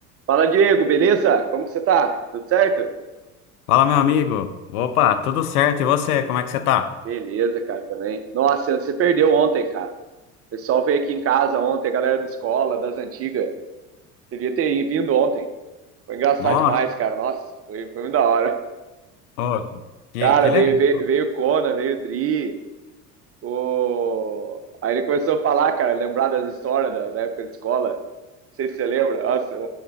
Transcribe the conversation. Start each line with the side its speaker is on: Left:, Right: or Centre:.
Right: Fala, Diego, beleza? Como que você tá? Tudo certo?
Left: Fala, meu amigo. Opa, tudo certo? E você, como é que você tá?
Right: Beleza, cara, também. Nossa, você perdeu ontem, cara. O pessoal veio aqui em casa ontem, a galera da escola, das antigas. Devia ter vindo ontem. Foi engraçado
Left: Nossa,
Right: demais, cara. Nossa, foi, foi muito da hora.
Left: ô, que,
Right: Cara,
Left: que legal.
Right: veio, veio, veio o Conan, veio o Dri. O... Aí ele começou a falar, cara, lembrar das histórias da, da época de escola. Não sei se você lembra. Nossa, o-